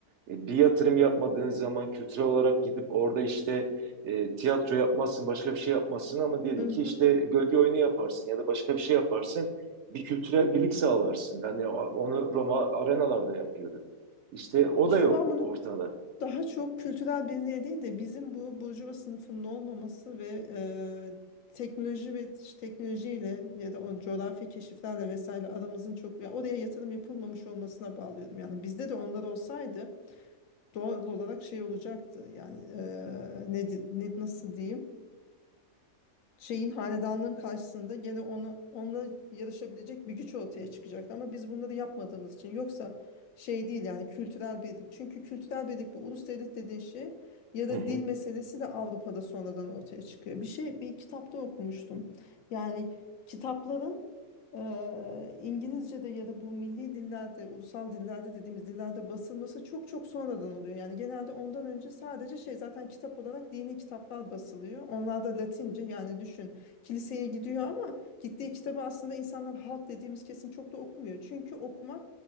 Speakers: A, on the right (about 65°); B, on the left (about 70°).
A: e, bir yatırım yapmadığınız zaman kültürel olarak gidip orada işte e, tiyatro yapmazsın, başka bir şey yapmazsın ama diyelim
B: Hı
A: ki işte
B: hı.
A: gölge oyunu yaparsın ya da başka bir şey yaparsın. Bir kültürel birlik sağlarsın. Yani o- onu Roma arenalarda yapıyordu. İşte o
B: Ya İşte
A: da yok
B: ben bunu
A: ortada.
B: daha çok kültürel birliğe değil de bizim bu burjuva sınıfının olmaması ve e, teknoloji ve ş- teknolojiyle ya da o coğrafi keşiflerle vesaire aramızın çok ya oraya yatırım yapılmamış olmasına bağlıyordum. Yani bizde de onlar olsaydı doğal olarak şey olacaktı. Yani e, ne, di- ne nasıl diyeyim? şeyin hanedanlığın karşısında gene ona onunla yarışabilecek bir güç ortaya çıkacak. Ama biz bunları yapmadığımız için yoksa şey değil yani kültürel birlik. Çünkü kültürel birlik bu ulus devlet dediğin şey ya da
A: Hı hı.
B: dil meselesi de Avrupa'da sonradan ortaya çıkıyor. Bir şey bir kitapta okumuştum. Yani kitapların Eee, İngilizce'de ya da bu milli dillerde, ulusal dillerde dediğimiz dillerde basılması çok çok sonradan oluyor. Yani genelde ondan önce sadece şey zaten kitap olarak dini kitaplar basılıyor. Onlar da Latince yani düşün kiliseye gidiyor ama gittiği kitabı aslında insanlar halk dediğimiz kesim çok da okumuyor. Çünkü okumak